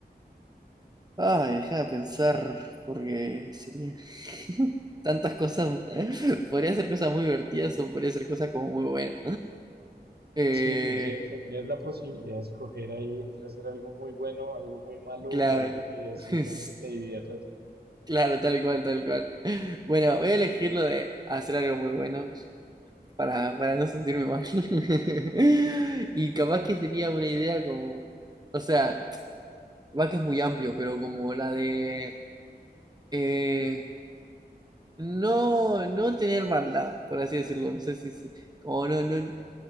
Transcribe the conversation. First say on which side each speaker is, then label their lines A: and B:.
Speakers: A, on the right; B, on the right.
A: Ah, deja de pensar, porque sería <laughs> tantas cosas. <laughs> Podría ser cosas muy divertidas o podría ser cosas como muy buenas. Eh,
B: Sí, tendría- tendrías la posibilidad de escoger ahí entre hacer algo muy bueno, algo muy malo
A: claro.
B: o algo que simplemente
A: <laughs> Es-
B: te divierta a ti.
A: Claro, tal cual, tal cual. Bueno, voy a elegir lo de hacer algo muy bueno para, para no sentirme mal. <laughs> Y capaz que sería una idea como, o sea, <tsk> capaz que es muy amplio, pero como la de... eh, no, no tener maldad, por así decirlo. No sé si, si- como no, no,